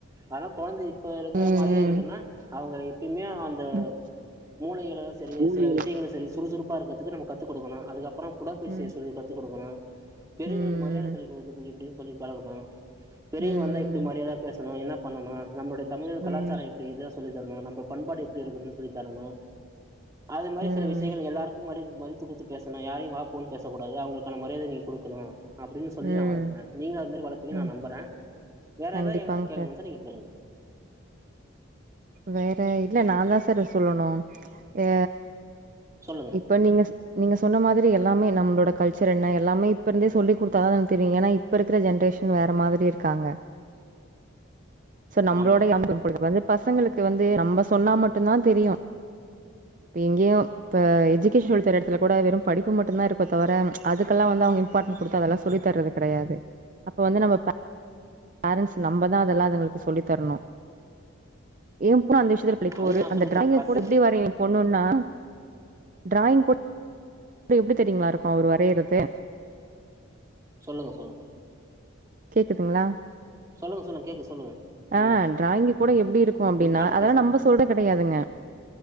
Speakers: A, on the right; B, on the right.
A: ஆனா கொழந்த இப்ப இருக்கிற
B: ம்
A: மாரியே இருக்குன்னா அவ்ங்க எப்பயுமே அந் இந்த
B: ம் ம்
A: மூளைகளு சேரி
B: ஊழியர்.
A: சில விஷ்யங்களு சேரி சுறுசுறுப்பா இருக்கிறதுக்கு நம்ம கத்துக் குடுக்கணு அதுக்கப்பறோ உடற்பயற்சி
B: ம்
A: செய்ய சொல்லி கத்து குடுக்கணு பெரியவ்ங்களுக்கு
B: ம்
A: மரியாத சொல்லிக் குடுக்குறதுக்கு எப்டின் சொல்லி பழகணு பெரியவ்ங்க
B: ம்
A: வந்தா எப்டி மரியாதயா பேசணு என்ன பண்ணனு நம்மளுடைய தமிழ்
B: ம்
A: கலாச்சார எப்டி இத சொல்லித்தரணு நம்ப பண்பாடு எப்டி இருக்கனுன் சொல்லித்தரணு அது மாரி
B: ம்
A: சில விஷ்யங்கள் எல்லாருக்கு மாரி இது மாரி குட்த்து குட்த்து பேசணு யாரையு வா போணு பேசக்கூடாது அவ்ங்களுக்கான மரியாத நீங்க குடுக்கணு அப்டினு சொல்லி
B: ம்
A: நா வளப்பே நீங்களு அது மாரி வளப்பீங்கன்
B: ம்
A: நா நம்புறே வேற
B: கண்டிப்பாங்க
A: எதா எங்கிட்ட கேக்கணு
B: சார்
A: நெனச்சா நீங்க கேளுங்க
B: வேற இல்ல நாந்தா சார் சொல்லணு அ
A: சொல்லுங்க
B: இப்ப நீங்க நீங்க சொன்ன மாதிரி எல்லாமே நம்பளோட கல்ச்சர் என்ன எல்லாமே இப்ப இருந்தே சொல்லி குடுத்தாதான எனக்கு தெரியு ஏனா இப் இப்ப இருக்கிற ஜென்ரேஷன் வேற மாதிரி இருக்காங்க சார் நம்மளோடே
A: ஆமா
B: கம்பேர் பண்ணும் போது பசங்களுக் கு வந்து நம்ப சொன்னா மட்டுந்தா தெரியு இப்ப எங்கயு இப்ப எஜுகேஷன் சொல்லித்தர எடத்துல கூட வெறும் படிப்பு மட்டு்ந்தா இருக்கு தவர அதுக்கெல்லா வந்து அவ்ங்க இம்பார்டன்ட் குடுத்து அதெல்லா சொல்லி தர்றது கெடையாது அப்ப வந்து நம்ம பே பேரண்ட்ஸ் நம்ப தா அதெல்லா அதுங்களுக்கு சொல்லித்தரணு ஏ பொண்ணு அந்த விஷ்யத்துல லைக்
A: அதையு
B: ஒரு
A: நா
B: அந்த
A: சொல்லிட்டே
B: டிராயிங்க
A: பசு
B: கூட எப்டி வரயு எ பொண்ணுன்னா டிராயிங் கூட எப்டி எப்டி தெரியுங்ளா இருக்கு அவரு வரையுறது
A: சொல்லுங்க சொல்லுங்க
B: கேக்குதுங்ளா
A: சொல்லுங்க சொல்லுங்க கேக்குது சொல்லுங்க ம்
B: ஆ டிராயிங்கு கூட எப்டி இருக்கு அப்டின்னா
A: நீங்க மாட்டு
B: அதெல்லா
A: பேசுங்க
B: நம்ப சொல்ற கெடையாதுங்க